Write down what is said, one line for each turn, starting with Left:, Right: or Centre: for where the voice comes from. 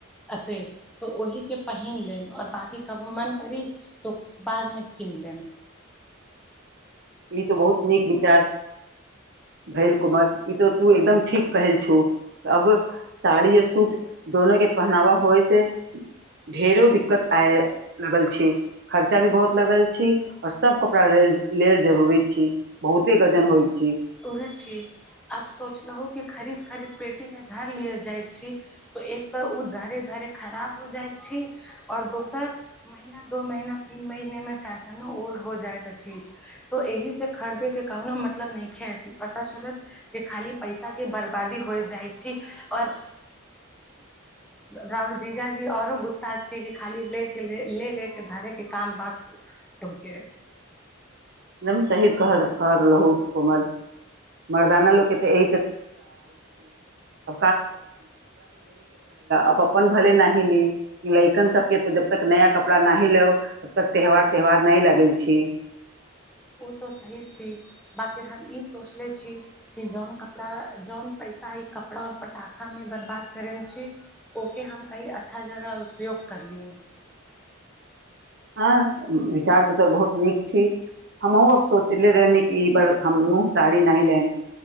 Centre: अते तऽ ओहि के पहिन लेब आओर बाकी कब मन करी तो बादमे किन लेम
Right: ई तऽ बहुत नीक विचार भेल कोमल ई तऽ तू एकदम ठीक कहल छु अब साड़ी आ सूट दोनो के पहनावा होय से ढेरो दिक्कत आय लगल छै। खर्चा भी बहुत लगल छी। और सभ कपड़ा लेल लेल जरूरी छी। बहुते गजन होइ छी
Centre: उह छी। आब सोचलहु कि खरीद खरीद पेटी मे धर लि जाइ छी। तऽ एकटा तऽ धीरे धीरे खराब भऽ जाइत अछि। आ दोसर, महीना दू महीना तीन महीनामे फैशन सेहो पुरान भऽ जाइत अछि। तो एहि से खरीदे के कहूनो मतलब नइखे ऐसी पता चलत के खाली पैसा के बर्बादी होइ जाइ छै आओर राऊर जीजाजी औरो गुस्सा छीय कि खाली ले के ले ले के धरे के काम बात तहके
Right: एकदम सही कह कहरहलू कोमल मरदाना लोक केऽ <inaudible> अपन भल नहि ली लैकन सबके त जब तक नया कपड़ा नहि लो तब तक त्यौहार त्यौहार नहि लगै छी
Centre: ओ तऽ सही छी बकि हम ई सोचले छी कि जौन कपड़ा जौन पैसा ई कपड़ा और पटाखा मे बर्बाद करे मे छी ओके हम नही अच्छा अच्छा जगह उपयोग करली
Right: हँ विचार तऽ तोहर बहुत नीक छी हमहुँ अब सोचे ले रहनि कि ई बार हमहुँ साड़ी नही लेब